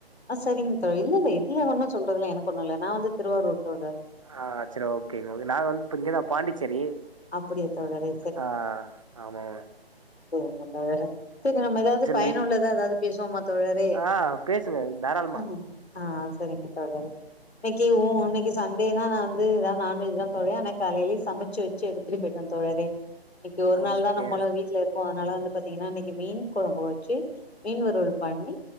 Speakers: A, on the left; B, on the right.
A: ஆ சரிங்க தோழி இல்லல இதுல ஒன்னு சொல்றதுல்ல எனக்கு ஒன்னு இல்ல நா வந்து திருவாரூர் தோழர்
B: ஆ சேர் ஓக்கேங்க நா வந்து இப்ப இங்கதா பாண்டிச்சேரி
A: அப்டியா தோழரே
B: ஆ ஆமாமா
A: என்னதவர ப்ப நம்ம ஏதாது பயனுள்ளதா
B: வீக்
A: ஏதாவது பேசுவோமா தோழரே
B: ஆ பேசுங்க தாராளமா
A: ஆ ஆ சரிங்க தோழரே இன்னிக்கு ஓ இன்னிக்கு சண்டே தா நா வந்து யேதா நான்வெஜ் தா தோழி ஆன காலையிலய சமைச்சு ச்சு எடுத்துட்டு போயிட்டோ தோழரே இன்னிக்கு ஒரு நாள்
B: ஓகே
A: தா நம்மளு வீட்ல இருக் அதனால வந்து பாத்தீங்கன்னா இன்னிக்கு மீன் கொழம்பு வெச்சு மீன் வருவள் பண்ணி